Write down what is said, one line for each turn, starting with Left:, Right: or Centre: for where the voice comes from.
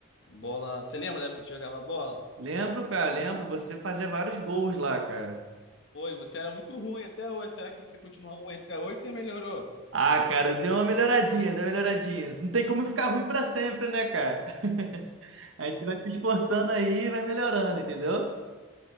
Left: bola. Você lembra da época que a gente jogava bola?
Right: Lembro, cara, lembro. Você fazia vários gols lá, cara.
Left: Oi, você era muito ruim até hoje. Será que você continua ruim até hoje? Você melhorou?
Right: Ah, cara, deu uma melhoradinha, deu uma melhoradinha. Não tem como ficar ruim pra sempre, né, cara? <laughs> A gente vai se esforçando aí e vai melhorando, entendeu?